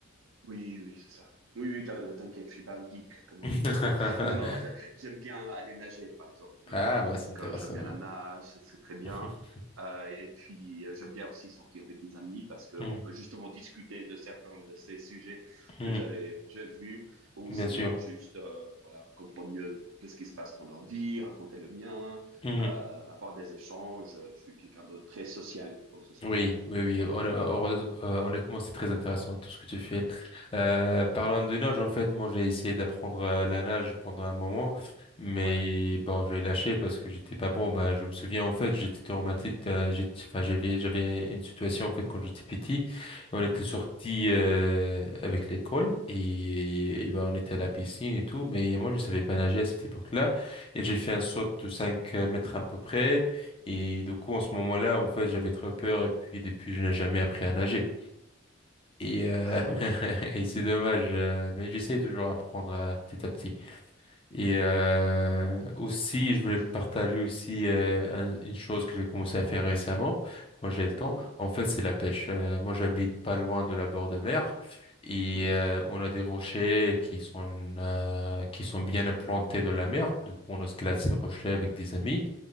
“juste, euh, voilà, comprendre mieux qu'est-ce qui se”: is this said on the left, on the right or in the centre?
Right